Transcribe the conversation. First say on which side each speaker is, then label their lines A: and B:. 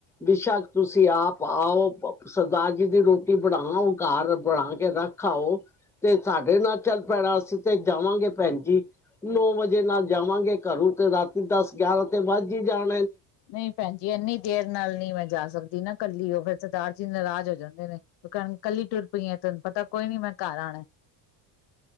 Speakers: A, in the centre; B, on the left.
A: ਬੇਸ਼ੱਕ ਤੁਸੀਂ ਆਪ ਆਓ ਸਰਦਾਰ ਜੀ ਦੀ ਰੋਟੀ ਬਣਾਓ ਘਰ ਬਣਾ ਕੇ ਰੱਖ ਆਓ ਤੇ ਸਾਡੇ ਨਾਲ ਚੱਲ ਪੈਣਾ। ਅਸੀਂ ਤੇ ਜਾਵਾਂਗੇ ਭੈਣ ਜੀ ਨੌ ਵਜੇ ਨਾਲ ਜਾਵਾਂਗੇ। ਘਰੋਂ ਤੇ ਰਾਤੀ ਦਸ ਗਿਆਰਾਂ ਤੇ ਵੱਜ ਹੀ ਜਾਣਾ
B: ਨਹੀਂ ਭੈਣ ਜੀ ਇੰਨੀ ਦੇਰ ਨਾਲ ਨਹੀਂ ਮੈਂ ਜਾ ਸਕਦੀ ਨਾ ਕੱਲੀ ਉਹ ਫਿਰ ਸਰਦਾਰ ਜੀ ਨਾਰਾਜ਼ ਹੋ ਜਾਂਦੇ ਨੇ ਕਿ ਕਹਿਣ ਕੱਲੀ ਟੁਰ ਪਈ ਆ ਤੈਨੂੰ ਪਤਾ ਕੋਈ ਨੀ ਮੈਂ ਘਰ ਆਉਣਾ।